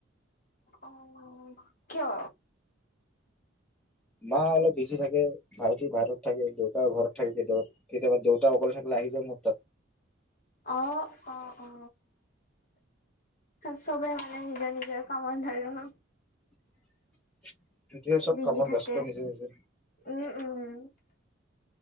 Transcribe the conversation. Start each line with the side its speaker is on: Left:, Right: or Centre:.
Left: অ, কিয়?
Centre: মা অলপ বিজি থাকে, ভাইটি বাহিৰত থাকে, দেউতাও ঘৰত। কেতিয়াবা দেউতা অকলে থাকিলে আহি যায় মোৰ তাত।
Left: অ- অ- অ। চবেই মানে নিজৰ নিজৰ কামত ধৰে ন।
Centre: <unintelligible> চব
Left: বিজি
Centre: কামত
Left: থাকে।
Centre: ব্যস্ত নিজে নিজে
Left: উম, উম।